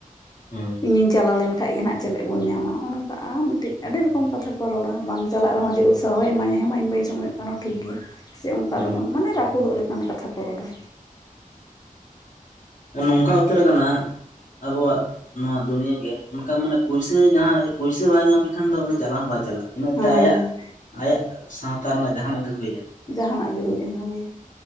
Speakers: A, on the left; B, on the left.
A: ᱦᱩᱸ
B: ᱤᱧᱤᱧ ᱪᱟᱞᱟᱣ ᱞᱮᱱᱠᱷᱟᱱ ᱠᱷᱟᱡ ᱜᱮ ᱱᱟᱦᱟᱜ ᱪᱮᱞᱮᱫ ᱵᱚᱱ ᱧᱟᱢᱟ ᱱᱚᱝᱠᱟ ᱟᱨ ᱢᱤᱫᱴᱤᱡ ᱟᱹᱰᱤ ᱨᱚᱠᱚᱢ ᱠᱟᱛᱷᱟ ᱠᱚ ᱨᱚᱲᱟ ᱵᱟᱝ ᱪᱟᱞᱟᱜ ᱨᱮᱦᱚᱸ ᱡᱮ ᱩᱥᱟᱦᱚᱭ ᱮᱢᱟᱭᱟ ᱦᱮᱸ ᱢᱟ ᱤᱧ ᱵᱟᱹᱧ ᱥᱚᱢᱚᱭᱚᱜ ᱠᱟᱱᱟ ᱴᱷᱤᱠ ᱜᱮᱭᱟ ᱥᱮ ᱚᱱᱠᱟ
A: ᱦᱩᱸ
B: ᱫᱚ ᱵᱟᱝ ᱢᱟᱱᱮ ᱨᱟᱹᱯᱩᱫᱚᱜ ᱞᱮᱠᱟᱱ ᱠᱟᱛᱷᱟ ᱠᱚ ᱨᱚᱲᱟ
A: ᱦᱮᱸ ᱱᱚᱝᱠᱟ ᱩᱛᱟᱹᱨ ᱟᱠᱟᱱᱟ ᱟᱵᱚᱣᱟᱜ ᱱᱚᱣᱟ ᱫᱩᱱᱭᱟᱹᱜ ᱜᱮ ᱚᱱᱠᱟ ᱢᱟᱱᱮ ᱯᱩᱭᱥᱟᱹ ᱡᱟᱦᱟᱸ ᱯᱩᱭᱥᱟᱹ ᱵᱟᱭ ᱧᱟᱢ ᱞᱮᱠᱷᱟᱱ ᱫᱚ ᱩᱱᱤ ᱪᱟᱞᱟᱣ ᱦᱚᱸ ᱵᱟᱭ ᱪᱟᱞᱟᱜ ᱤᱱᱟᱹᱛᱮ
B: ᱦᱮᱸ
A: ᱟᱭᱟᱜ ᱟᱭᱟᱜ ᱥᱟᱶᱛᱟ ᱨᱮᱱᱟᱜ ᱡᱟᱦᱟᱱᱟᱜ ᱜᱮ ᱦᱩᱭ ᱮᱱ ᱾
B: ᱡᱟᱦᱟᱱᱟᱜ ᱦᱩᱭ ᱦᱟᱭ